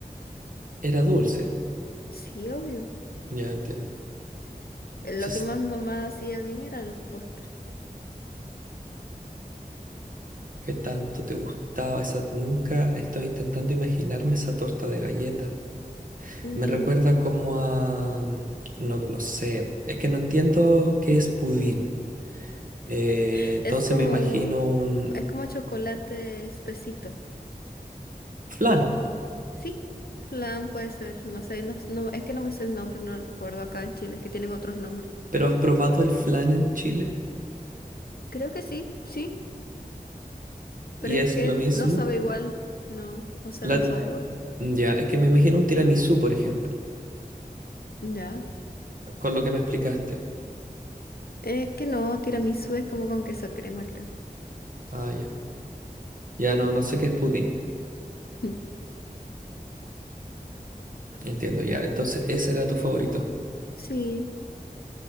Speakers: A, on the right; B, on the left.
A: Era dulce.
B: Sí, obvio.
A: Ya entiendo.
B: Eh,
A: Entonces,
B: Lo que más mi mamá hacía bien eran los postres.
A: ¿qué tanto te gustaba esa? Nunca estoy intentando imaginarme esa torta de galleta.
B: Mm,
A: Me recuerda como a... mm, No, no sé, es que no entiendo qué es pudín. Eh,
B: <laughs>
A: entonces
B: Es como,
A: me imagino un
B: es como chocolate espesito.
A: flan.
B: Sí, flan puede ser, no sé, no, no- es que no me sé el nombre, no lo recuerdo acá en Chile, es que tienen otros nombres.
A: ¿Pero has probado el flan en Chile?
B: Creo que sí, sí,
A: ¿Y
B: pero es
A: es
B: que
A: lo mismo?
B: no sabe igual, no, o sea,
A: La...
B: no sabe igual.
A: mm, Ya, es que me imagino un tiramisú, por ejemplo,
B: Ya,
A: con lo que me explicaste.
B: es que no, tiramisú es como con queso crema, creo.
A: Ah, ya. Ya no, no sé qué es pudín.
B: <laughs>
A: Entiendo, ya. Entonces, ese era tu favorito.
B: Sí,